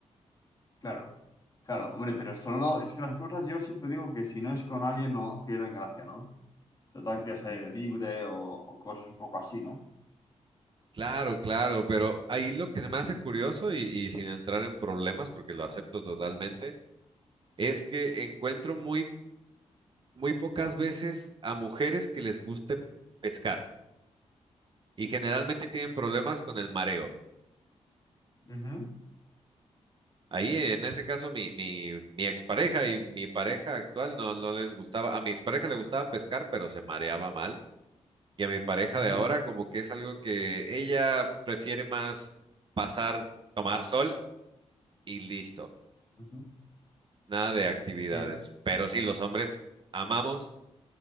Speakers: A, on the left (about 35°); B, on the right (about 45°).
A: Claro, claro, hombre, pero solo es que las cosas yo siempre digo que si no es con alguien no pierden gracia, ¿no? Total que al aire libre o, o cosas un poco así, ¿no?
B: Claro, claro, pero ahí lo que se me hace curioso y, y sin entrar en problemas, porque lo acepto totalmente, es que encuentro muy, muy pocas veces a mujeres que les guste pescar y generalmente tienen problemas con el mareo.
A: Ujú,
B: Ahí, en ese caso, mi, mi, mi expareja y mi pareja actual no, no les gustaba. A mi expareja le gustaba pescar, pero se mareaba mal. Y a mi pareja
A: ujú,
B: de ahora, como que es algo que ella prefiere más pasar, tomar sol y listo.
A: ujú.
B: Nada de actividades.
A: Sí,
B: Pero sí, los hombres amamos